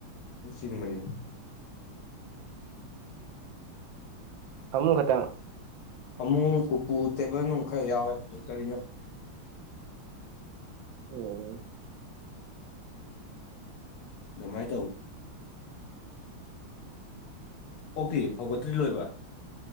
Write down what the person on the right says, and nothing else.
ꯐꯃꯨꯛ ꯈꯇꯪ
ꯎꯝ